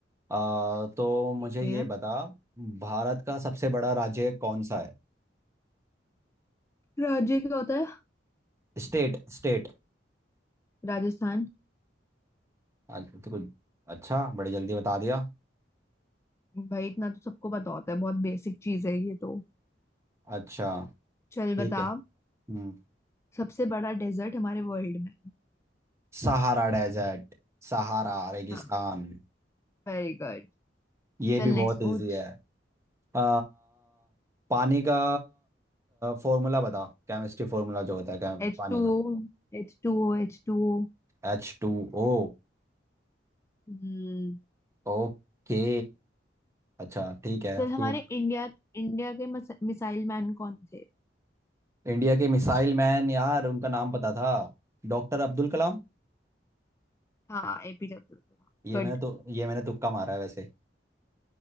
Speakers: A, on the right; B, on the left.
A: आ, तो मुझे
B: ठीक
A: ये
B: है
A: बता भारत का सबसे बड़ा राज्य कौन सा है
B: राज्य क्या होता है
A: State state
B: राजस्थान
A: तो कुछ अच्छा बड़ी जल्दी बता दिया
B: भाई इतना तो सबको पता होता है बहुत बेसिक चीज है ये तो
A: अच्छा
B: चल
A: ठीक
B: बता
A: है हम्म
B: सबसे बड़ा डेजर्ट हमारे वर्ल्ड में
A: सहारा डेजर्ट सहारा रेगिस्तान
B: हाँ वेरी गुड
A: ये
B: चल
A: भी बहुत
B: नेक्स्ट
A: इजी
B: पूछ
A: है आ, पानी का फॉर्मूला बता केमिस्ट्री फॉर्मूला जो होता है क्या
B: H
A: पानी
B: two
A: का
B: O H two O H two O
A: एच टू ओ
B: हम्म
A: ओके अच्छा ठीक है
B: चल हमारे
A: तू
B: इंडिया इंडिया के मस, मिसाइल मैन कौन थे
A: इंडिया के मिसाइल मैन यार उनका नाम पता था डॉक्टर अब्दुल कलाम
B: हाँ एपीजे अब्दुल कलाम
A: ये
B: गुड
A: मैंने तो ये मैंने तुक्का मारा है वैसे